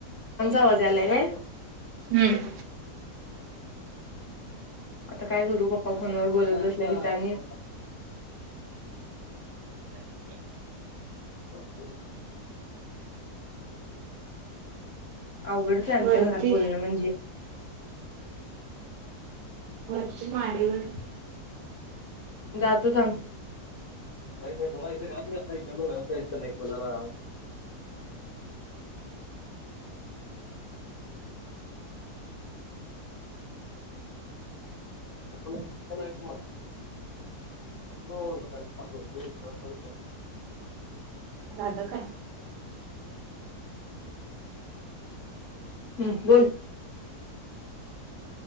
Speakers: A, on the left; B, on the right.
A: आवाज यालाय काय
B: हम्म ह
A: आता काय करू पप्पा फोन वर बोलत अससल्या की त्यांनी हो. अवघडच आमच्या
B: वरती
A: घरात बोलणं म्हणजे
B: रच माडिक <inaudible>
A: जातो थांब नाही नाही मला इथे घरात नाही गेलो घरात नाही कोणाला म्हत बघतो पहिला
B: झालं काय
A: हम् बोल